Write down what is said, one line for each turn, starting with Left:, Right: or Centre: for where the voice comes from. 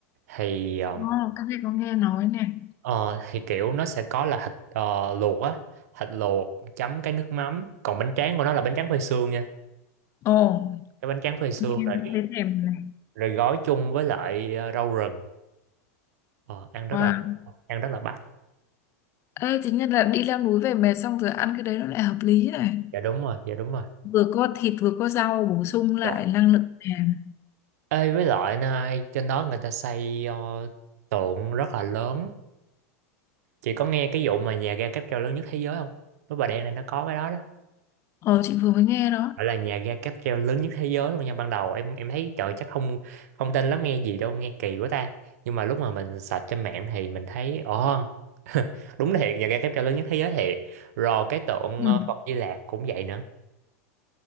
Right: thì ờ,
Left: ồ, các em có nghe nói này.
Right: Ờ, thì kiểu nó sẽ có là thịt ờ, luộc á thịt luộc chấm cái nước mắm còn bánh tráng của nó là bánh tráng phơi sương nha
Left: Ồ,
Right: cái bánh tráng phơi sương
Left: nghe
Right: này
Left: thấy thèm này.
Right: rồi gói chung với lại ờ, rau rừng ờ, ăn rất
Left: Wow.
Right: là ăn rất là bắt
Left: Ê, chính là đi leo núi về mệt xong rồi ăn cái đấy nó lại hợp lý này.
Right: dạ đúng rồi dạ đúng rồi
Left: vừa có thịt vừa có rau bổ sung lại
Right: dạ.
Left: năng lượng nàng
Right: Ê, với lại này, trên đó người ta xây ờ, tượng rất là lớn chị có nghe cái vụ mà nhà ga cáp treo lớn nhất thế giới không với Bà Đen này nó có cái đó đó
Left: ờ chị vừa mới nghe đó
Right: phải là nhà ga cáp treo lớn nhất thế giới luôn nha ban đầu em em thấy trời chắc không không tin lắm nghe gì đâu nghe kỳ quá ta nhưng mà lúc mà mình search trên mạng thì mình thấy ồ đúng thiệt nhà ga cáp treo lớn nhất thế giới thiệt rồi cái tượng
Left: ừ.
Right: ờ, Phật Di Lặc cũng vậy nữa